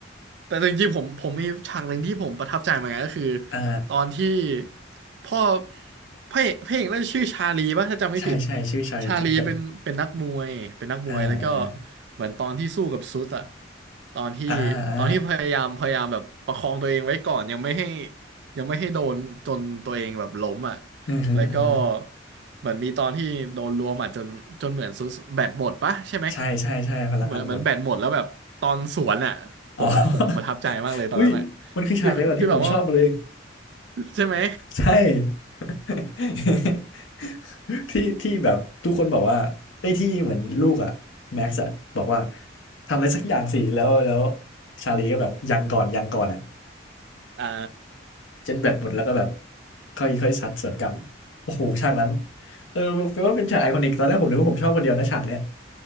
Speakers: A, on the right; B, on the left.
A: แต่จริงๆผมผมมีฉากหนึ่งที่ผมประทับใจเหมือนกันก็คือ
B: อ่า
A: ตอนที่พ่อพระเอกพระเอกน่นชื่อชาลีป่ะถ้าจำไม่ผิด
B: ใช่ใช่ชื่อชาลีแคนตัน
A: ชาลีเป็นเป็นนักมวยเป็นนักมวยแล้วก็
B: อ่า
A: เหมือนตอนที่สู้กับซุสอะตอนที่
B: อ่าอ่า
A: ตอนที่พยายามพยายามแบบประคองตัวเองไว้ก่อนยังไม่ให้ยังไม่ให้โดนจนตัวเองแบบล้มอะ
B: อือฮึอือฮึ
A: แล้วก็เหมือนมีตอนที่โดนรวมอ่ะจนจนเหมือนซุสแบตหมดปะใช่ไหม
B: ใช่ใช่ใช่พลังงานหมด
A: เหมือนเหมือนแบตหมดแล้วแบบตอนสวนอ่ะผมผมประทับใจมากเลยตอนนั้นอ่ะ
B: อ๋อ <laughs> อุ้ยมันคือฉากเดียวกับที่ผมชอบเลย
A: ที่ที่แบบว่าใช่ไหม
B: <laughs> ใช่ <laughs> ที่ที่แบบทุกคนบอกว่าไอ้ยที่เหมือนลูกอะแม็กซ์อะบอกว่าทำอะไรสักอย่างสิแล้วแล้วชาลีก็แบบยังก่อนยังก่อนอะ
A: อ่า
B: เจ็ตแบตหมดแล้วก็แบบค่อยค่อยซัดสวนกลับโอ้โหฉากนั้นเออแปลว่าเป็นฉากไอคอนิกตอนแรกผมนึกว่าผมชอบคนเดียวนะฉากเนี้ย